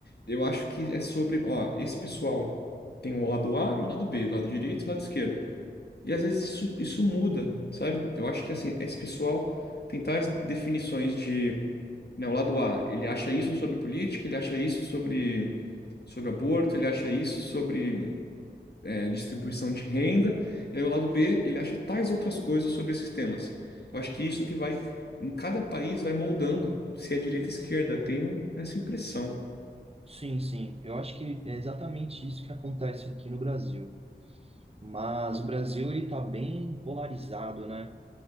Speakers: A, on the left; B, on the right.
A: Eu acho que é sobre, ó, esse pessoal tem o lado A e o lado B, o lado direito e o lado esquerdo. E às vezes isso, isso muda, sabe? Eu acho que assim, esse pessoal tem tais definições de, né, o lado A, ele acha isso sobre política, ele acha isso sobre, sobre aborto, ele acha isso sobre é, distribuição de renda, e aí o lado B, ele acha tais outras coisas sobre esses temas. Eu acho que isso que vai, em cada país, vai moldando se é direita ou esquerda. Eu tenho essa impressão.
B: Sim, sim. Eu acho que é exatamente isso que acontece aqui no Brasil. Mas o Brasil ele está bem polarizado, né?